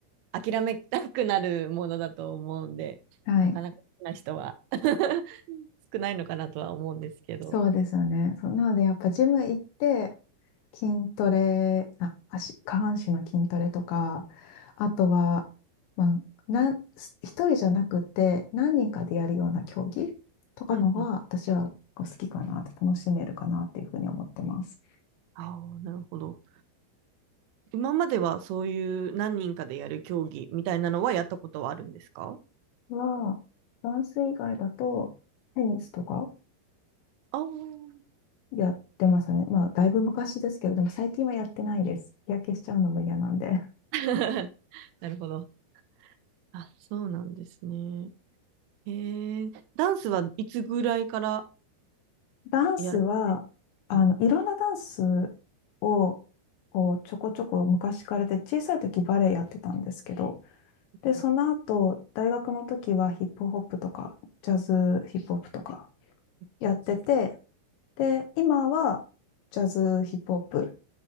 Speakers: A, on the right (about 80°); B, on the left (about 80°).
A: 諦めたくなるものだと思うんで、
B: はい。
A: なかなか好きな人は <laughs> 少ないのかなとは思うんですけど。
B: そうですよね。そうなので、やっぱジム行って、筋トレ、あ、足、下半身の筋トレとか、あとは、まあ、なん、す一人じゃなくて、何人かでやるような競技とかのが、
A: うんうん。
B: 私は好きかなって、楽しめるかなっていうふうに思ってます。
A: ああ、なるほど。今まではそういう何人かでやる競技みたいなのはやったことはあるんですか
B: は、ダンス以外だと、テニスとか
A: ああー、
B: やってますね。まあ、だいぶ昔ですけど、でも最近はやってないです。日焼けしちゃうのも嫌なんで。
A: <laughs> なるほど。あ、そうなんですね。へえ、ダンスはいつぐらいから
B: ダンスは、
A: やられて
B: あの、
A: はい。
B: いろんなダンスを、こうちょこちょこ昔からで、小さい時バレエやってたんですけど、で、その後、
A: うん
B: 大学の時はヒップホップとか、ジャズヒップホップとかやってて、
A: うん。
B: で、今はジャズヒップホップ